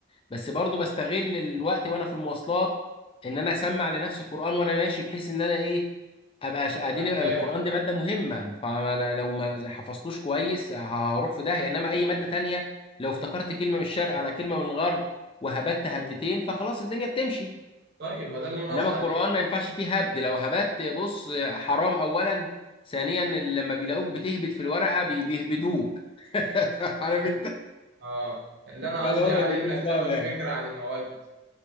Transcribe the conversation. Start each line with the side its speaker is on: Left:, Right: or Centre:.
Left: بس برضو بستغل الوقت وانا في المواصلات ان انا اسمع لنفسي قران وانا ماشي بحيث ان انا ايه ابقى ش- قاعدين
Right: تبقى
Left: يبقى
Right: متابع
Left: القران
Right: مم.
Left: دي ماده مهمه فانا
Right: اه
Left: لو ما حفظتوش كويس هروح في داهيه انما اي ماده تانية لو افتكرت كلمه من الشرق على كلمه من الغرب وهبت هبدتين
Right: ايوه
Left: فخلاص الدنيا بتمشي
Right: طيب ما ده اللي انا
Left: انما
Right: قصدي
Left: القران
Right: عليه
Left: ما ينفعش فيه هبد لو هبدت بص حرام اولا ثانيا لما بيلاقوك بتهبد في الورقه بي- بيهبدوك <laughs> عارف
Right: مم.
Left: انت
Right: اه اللي انا
Left: فالوضع
Right: قصدي عليه
Left: بيكون
Right: انك
Left: صعب
Right: تاخد
Left: يعني
Right: فكره عن المواد